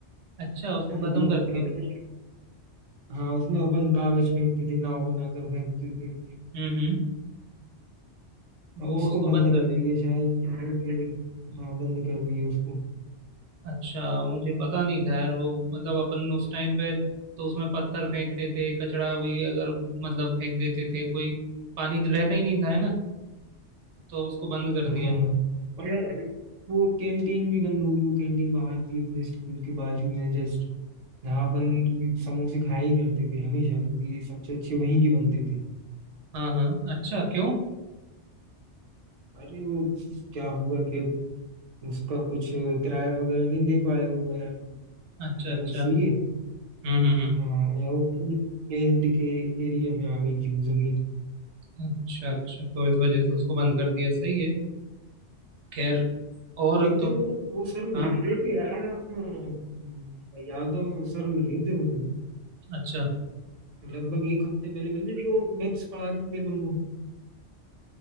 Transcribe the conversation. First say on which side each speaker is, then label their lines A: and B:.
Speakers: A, on the right (about 75°); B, on the right (about 45°).
A: अच्छा उसको
B: हम्म,
A: खत्म
B: जो
A: कर
B: अपना
A: दिया
B: अपने हाँ उसमें अपन कागज फेंकते थे नाव बनाकर फेंकते थे
A: हम्म हम्म
B: अब
A: वो
B: उसको
A: उसको
B: बंद
A: बंद कर
B: कर
A: दिया
B: दिए शायद क्या है कि हाँ बंद कर दिए उसको
A: अच्छा मुझे पता नहीं था यार वो मतलब अपन उस टाइम पे तो उसमें पत्थर फेंकते थे कचड़ा भी अगर मतलब फेंक देते थे कोई पानी तो रहता ही नहीं था है ना तो उसको बंद कर
B: हाँ
A: दिया
B: और वो कैंटीन भी बंद हो गई वो कैंटीन बाहर थी अपने स्कूल के बाजू में जस्ट जहाँ अपन समोसे खाया ही करते थे हमेशा क्योंकि सबसे अच्छे वहीं के बनते थे
A: हाँ हाँ अच्छा क्यों
B: अरे वो क्या हुआ कि उसका कुछ किराया वगैरह नहीं दे पाए वो यार
A: अच्छा
B: शायद
A: अच्छा
B: इसलिए
A: हम्म हम्म हम्म
B: हाँ या वो पूरी टेंट के एरिया में आ गई थी वो जमीन
A: अच्छा अच्छा तो इस वजह से उसको बंद कर दिया सही है खैर और
B: एक
A: तुम
B: दिन वो, वो सर मिले
A: हाँ
B: थे यार अम, यादव सर मिले थे मुझे
A: अच्छा
B: लगभग एक हफ्ते पहले मिले थे जो मैथ्स पढ़ाते थे अपन को